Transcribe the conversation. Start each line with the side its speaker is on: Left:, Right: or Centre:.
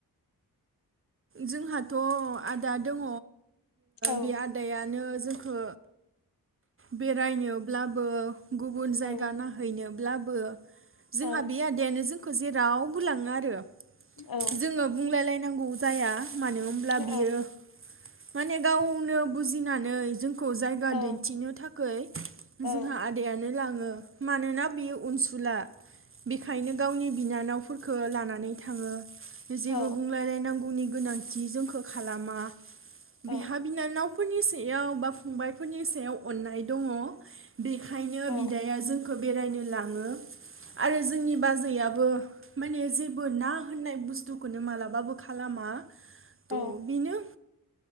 Right: जोंहाथ आदा दङ
Left: औ
Right: बे आदायानो जोंखो बेरायनोब्लाबो गुबुन जायगा
Left: औ
Right: नायहैनो ब्लाबो जोंहा
Left: औ
Right: बे आदायानो जोंखौ जेरावबो लाङो आरो
Left: औ
Right: जोङो बुंलायलाय नोंगौ जाया मानो होमब्ला
Left: औ
Right: बियो माने गावनो बुजिनानै जोंखौ खौ जायगा
Left: औ
Right: दिन्थिनो थाखै
Left: औ
Right: जोंहा आदायानो लाङो। मानोना बेयो अनसुला बेखायनो गावनि बिना फोरखो लानानै थाङो। जेबो
Left: औ
Right: बुंलायलायनांगौ गुबुननि गोनांथि जोंखौ खालामा
Left: औ
Right: बिहा बिनानाव फोरनि सायाव बा फंबायफोरनि सायाव अननाय दङ। बेखायनो
Left: औ
Right: बिदाया जोंखौ बेरायनो लाङो। आरो जोंनि बाजैआबो जेबो ना होननाय बुस्थु दुखु खोनो मालाबा बोखा लामा द
Left: औ
Right: बिनो